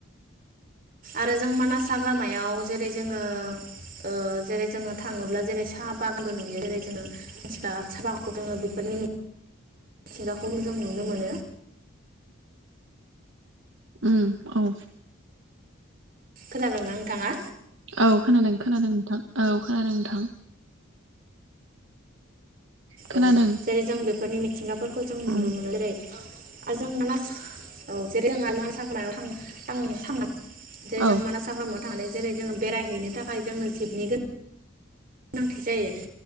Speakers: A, on the right (about 45°); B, on the right (about 65°).
A: आरो जों मानास हाग्रामायाव जेरै जोङो ओ जेरै जोङो थाङोब्ला जेरै साहा बागानबो नुयो जेरै जोङोथि साहा बागखौ जङो बेफोरनि मिथिंगाखौ जों नुनो मोनो।
B: उम औ
A: खोनादों ना नोंथाङा?
B: औ खोनादों खोनादों नोंथां औ खोनादों नोंथां। खोनादों
A: औ जेरै जों बे फोरनि मिथिंगाफोर खौ जों नुनो
B: उम
A: मोनो जेरै आजों मानास औ जेङो आ मानास हाग्रायाव थां थां थांना जेरै
B: औ
A: जों मानास हाग्रामायाव था जेरै जोङो बेरायहैनो थाखाय जोंनो जिबनि गोनां थि जायो।